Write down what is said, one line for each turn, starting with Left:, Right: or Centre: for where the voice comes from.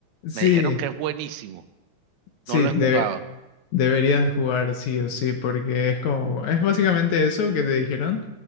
Left: sí,
Right: Me dijeron que es buenísimo.
Left: sí,
Right: No lo
Left: de-
Right: he jugado.
Left: Deberías de jugar sí o sí, porque es como, es básicamente eso que te dijeron,